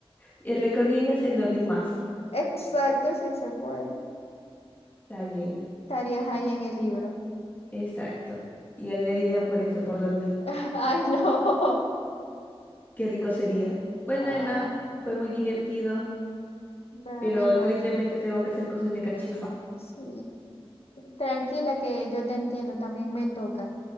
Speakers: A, on the left; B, on the left.
A: Y El récord Guinness en dormir más.
B: Exacto, sí se puede.
A: Está bien,
B: Estarías ahí en el libro.
A: exacto. Y ganaré dinero por eso, por dormir.
B: <laughs> Ay, no.
A: Qué rico sería. Bueno,
B: Ah,
A: Emma, fue muy divertido,
B: Daddy
A: pero
B: igual,
A: tristemente tengo que hacer cosas de cachifa.
B: Sí. Tranquila que yo te entiendo, también me toca.